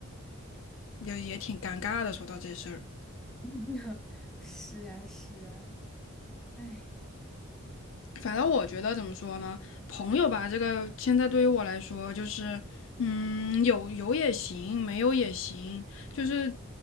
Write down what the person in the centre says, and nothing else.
<laughs> 是啊，是啊，哎，